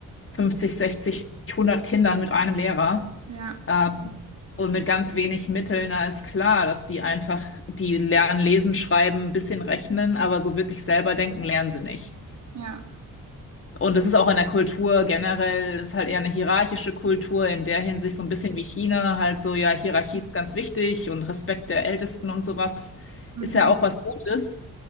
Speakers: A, on the left; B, on the right.
A: fünfzig, sechzig, hundert Kindern mit einem Lehrer.
B: Ja,
A: Ähm,
B: das,
A: und mit ganz wenig Mitteln, na ist klar, dass die einfach, die lernen lesen, schreiben, ein bisschen rechnen, aber so wirklich selber denken lernen sie nicht.
B: ja,
A: Und es ist auch in der Kultur generell, es ist halt eher eine hierarchische Kultur, in der Hinsicht so ein bisschen wie China, halt so, ja, Hierarchie ist ganz wichtig und Respekt der Ältesten und sowas
B: mhm.
A: ist ja auch was Gutes,